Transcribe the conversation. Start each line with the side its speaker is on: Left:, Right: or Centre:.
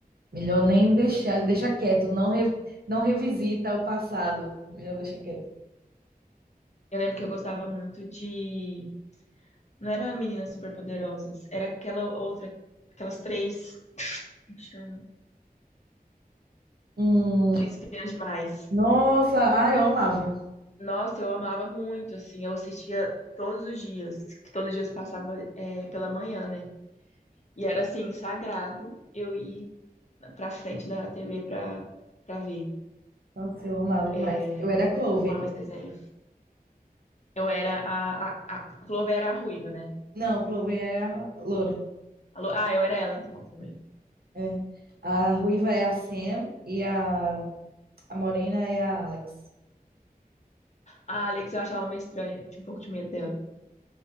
Right: Melhor nem deixar, deixa quieto, não, re- não revisita o passado. Melhor deixar quieto.
Left: Eu lembro que eu gostava muito de. Não era Meninas Superpoderosas, era aquela outra, aquelas três, como chama?
Right: Hum,
Left: Três Espiãs Demais.
Right: nossa, ah, eu amava.
Left: Nossa, eu amava muito, assim, eu assistia todos os dias, que todos os dias passava é, pela manhã, né? E era, assim, sagrado eu ir pra frente da TV pra, pra ver.
Right: Nossa, eu amava demais.
Left: é
Right: Eu era a Clover.
Left: Eu amava esse desenho. Eu era a... A, a a Clover era a ruiva, né?
Right: Não, Clover é a loura.
Left: A Lo- ah, eu era ela, então, também.
Right: É. A ruiva é a Sam e a, a morena é a Alex.
Left: A Alex eu achava ela meio estranha, tinha um pouco de medo dela,